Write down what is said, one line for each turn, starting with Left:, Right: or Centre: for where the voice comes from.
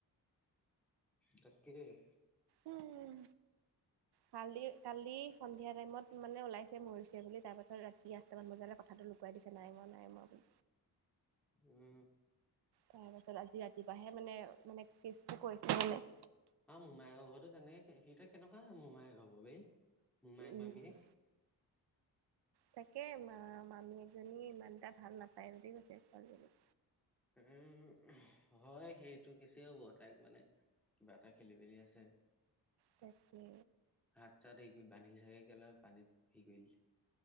Centre: তাক কিলাগে
Right: উম। কালি কালি সন্ধিয়া টাইমত মানে ওলাইছে মৰিছে বুলি, তাৰ পাছত ৰাতি আঠটামান বজালৈ ক কথাটো লুকুৱাই দিছে নাই মৰা নাই মৰা
Centre: উম।
Right: তাৰ পাছত আজি ৰাতিপুৱাহে মানে মানে কেচটো কৈছে মানে
Centre: অ' মোমায়কৰৰ ঘৰো তেনেকে সেই কেনেকুৱা মোমাই হ'ব বেই। মোমাইক
Right: উম
Centre: মামিয়েক
Right: তাকে ম মামিয়েক জনী ইমান ভাল নাপায় বুলি কৈছে ছোৱালী জনীক
Centre: উম, হয় সেইটো কেছে হ'ব, তাইক মানে কিবা এটা খেলি মেলি আছে।
Right: তাকে
Centre: হাত চাত হেৰি কৰি বান্ধি চাগে <unintelligible> পানীত হেৰি কৰি দিলে।